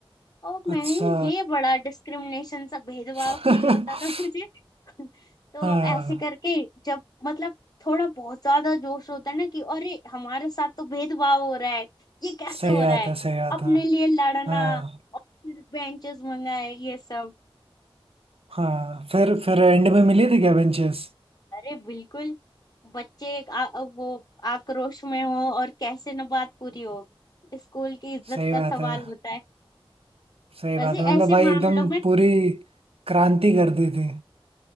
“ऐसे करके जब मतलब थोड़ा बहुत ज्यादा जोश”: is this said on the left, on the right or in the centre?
Left